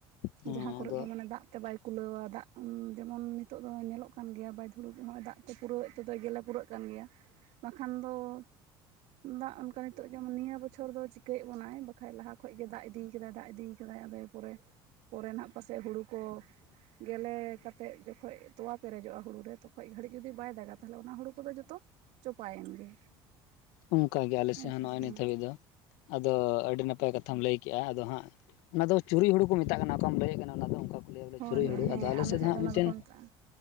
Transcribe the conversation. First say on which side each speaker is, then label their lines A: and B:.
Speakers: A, on the left; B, on the right.
A: ᱦᱮᱸ
B: ᱡᱟᱦᱟᱸ ᱠᱚᱨᱮᱫ
A: ᱟᱫᱚ
B: ᱫᱚ ᱢᱟᱱᱮ ᱫᱟᱜᱽ ᱛᱮ ᱵᱟᱭ ᱠᱩᱞᱟᱹᱣᱟ ᱫᱟᱜᱽ ᱡᱮᱢᱚᱱ ᱱᱤᱛᱚᱜ ᱫᱚ ᱧᱮᱞᱚᱜ ᱠᱟ ᱠᱟᱱ ᱜᱮᱭᱟ ᱵᱟᱭᱮᱫ ᱦᱩᱲᱩ ᱦᱚᱸᱜ-ᱚᱭ ᱫᱟᱜᱽ ᱛᱮ ᱯᱩᱨᱟᱹᱣ ᱛᱮᱫᱚᱭ ᱜᱮᱞᱮ ᱯᱩᱨᱟᱹᱜ ᱠᱟᱱ ᱜᱮᱭᱟ ᱵᱟᱠᱷᱟᱱ ᱫᱚ <inaudible> ᱫᱟᱜᱽ ᱚᱱᱠᱟ ᱱᱤᱛᱚᱜ ᱡᱮᱢᱚᱱ ᱱᱤᱭᱟᱹ ᱵᱚᱪᱷᱚᱨ ᱫᱚ ᱪᱤᱠᱟᱹᱭᱮᱜ ᱵᱚᱱᱟᱭ ᱵᱟᱠᱷᱟᱭ ᱞᱟᱦᱟ ᱠᱷᱚᱭ ᱜᱮ ᱫᱟᱜᱽ ᱤᱫᱤᱭ ᱠᱟᱫᱟᱭ ᱫᱟᱜᱽ ᱤᱫᱤᱭ ᱠᱟᱫᱟᱭ ᱟᱫᱚ, ᱯᱚᱨᱮ ᱯᱚᱨᱮ ᱱᱟᱦᱟᱸᱜ ᱯᱟᱥᱮᱜ ᱦᱩᱲᱩ ᱠᱚ ᱜᱮᱞᱮ ᱠᱟᱛᱮᱜ ᱡᱚᱠᱷᱚᱭ ᱛᱚᱣᱟ ᱯᱮᱨᱮᱡᱚᱜᱼᱟ ᱦᱩᱲᱩ ᱨᱮ ᱛᱚᱠᱷᱚᱭ ᱜᱷᱟᱹᱲᱤᱜ ᱡᱩᱫᱤ ᱵᱟᱭ ᱫᱟᱜᱟ ᱛᱟᱦᱚᱞᱮ ᱚᱱᱟ ᱦᱩᱲᱩ ᱠᱚᱫᱚ ᱡᱚᱛᱚ ᱪᱚᱯᱟᱭᱮᱱ ᱜᱮ᱾
A: ᱚᱱᱠᱟ ᱜᱮ ᱟᱞᱮᱥᱮᱜ
B: ᱦᱮᱸ
A: ᱦᱚᱸ
B: ᱥᱮ
A: ᱱᱚᱜᱼᱚᱭ
B: ᱦᱮᱸ
A: ᱱᱤᱛ ᱦᱟᱹᱵᱤᱜ ᱫᱚ ᱟᱫᱚ ᱟᱹᱰᱤ ᱱᱟᱯᱟᱭ ᱠᱟᱛᱷᱟᱢ ᱞᱟᱹᱭ ᱠᱮᱜᱼᱟ ᱟᱫᱚ ᱦᱟᱸᱜ ᱚᱱᱟ ᱫᱚ ᱪᱩᱲᱤ ᱦᱩᱲᱩ ᱠᱚ ᱢᱮᱛᱟᱜ ᱠᱟᱱᱟ ᱛᱚ ᱟᱢ ᱞᱟᱹᱭᱮᱫ ᱠᱟᱱᱟ ᱚᱱᱟ ᱫᱚ ᱚᱱᱠᱟ, ᱞᱟᱹᱭᱟ ᱵᱚᱞᱮ
B: ᱦᱳᱭ
A: ᱪᱩᱨᱩᱡ
B: ᱦᱳᱭ
A: ᱦᱩᱲᱩ
B: ᱦᱮᱸ
A: ᱟᱫᱚ ᱟᱞᱮ ᱥᱮᱫ ᱫᱚ ᱦᱟᱸᱜ
B: ᱚᱱᱟ
A: ᱢᱤᱫᱴᱮᱱ
B: ᱫᱚᱠᱚ ᱢᱮᱛᱟᱜᱼᱟ